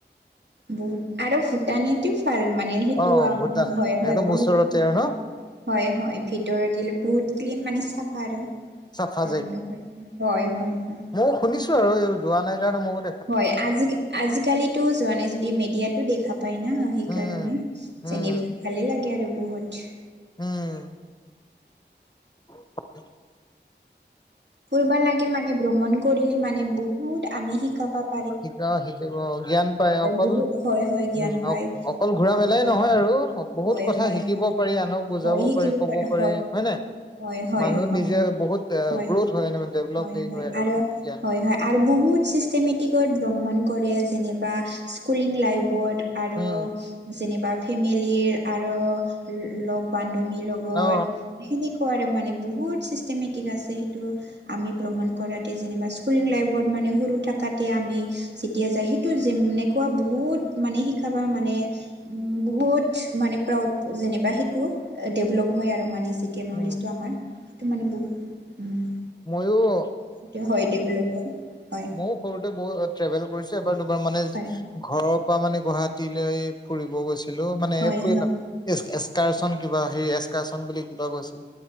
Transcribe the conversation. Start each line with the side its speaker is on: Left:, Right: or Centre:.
Right: বহুত আৰু ভূটানীত টো ভাল মানে, সেইটো
Left: অ
Right: আম্
Left: ভূটান
Right: হয়, হয়
Left: একদম
Right: বহুত
Left: ওচৰতে আৰু
Right: হয়।
Left: ন
Right: হয়, হয়, ভিতৰৰ বিলাকো ক্লিন মানে চাফা আৰু চাইনিজ
Left: চাফা
Right: বিলাকৰ ভিতৰত হয়, হয় হয়।
Left: মও শুনিছো আৰু। যোৱা নাই কাৰণে মই
Right: হয়, আজি আজিকালিতো যোৱা নাই যদিওঁ মেডিয়াতো দেখা পায় না সেইকাৰণে।
Left: উম উম
Right: জানি ভালেই লাগে আৰু বহুত।
Left: উম <inaudible>
Right: ফুৰিব লাগে মানে, ভ্ৰমণ কৰিলে মানে বহুত আমি শিক্ষা পাম।
Left: শিকা শিকিব, জ্ঞান পাই, অকল
Right: বহুত হয়, হয়, জ্ঞান
Left: উম
Right: পায়।
Left: অক্ অকল
Right: অক
Left: ঘুৰা মেলাই
Right: হয়,
Left: নহয় আৰু সক্ বহুত
Right: হয়,
Left: কথা
Right: হয়,
Left: শিকিব
Right: হয়,
Left: পাৰি, আনক বুজাব
Right: হয়, শিকিব
Left: পাৰি, ক'ব
Right: পাৰে
Left: পাৰি, হয় নাই?
Right: হয়, হয়,
Left: মানুহ
Right: হয়,
Left: নিজেই বহুত এ
Right: হয়।
Left: গ্ৰোথ হয় ডেভলপ
Right: হয়,
Left: হেৰি
Right: হয় আৰু
Left: জ্ঞান
Right: হয় হয়। আৰু বহুত চিষ্টেমেটিকত ভ্ৰমণ কৰে, যেনিবা স্কুলিং লাইফত আৰু
Left: উম
Right: যেনিবা ফেমেলিৰ আৰু ল ' লগ বান্ধৱী লগ গত,
Left: অ
Right: সেনেকুৱা আৰু মানে বহুত চিষ্টেমেটিক আছে সেইটো- আমি ভ্ৰমণ কৰাতে যেনিবা স্কুলিং লাইফত মানে, সৰু থাকাতে আমি যেতিয়া যায়, সেইটো যেনেকুৱা বহুত মানে শিক্ষা পাওঁ মানে। উম, বহুত মানে প্ৰাউড যেনিবা সেইটো, ডেৱলপো হয় আৰু মানে চি কে
Left: উম
Right: নলেষ্টটো আমাৰ সেইটো মানে বহুত উম
Left: মইওঁ
Right: সেইতো হয়, ডেভলপ হয়, হয়।
Left: মোক সৰুতে ব ট্ৰেভেল কৰিছে এবাৰ, দুবাৰ মানে
Right: হয়
Left: ঘৰৰ পৰা মানে গুৱাহাটীলৈ ফুৰিব গৈছিলোঁ মানে
Right: হয় হয় হয়
Left: ফুৰি না এক্স এক্সাৰচণ কিবা সেই এক্সাৰচন বুলি কিবা গৈছোঁ।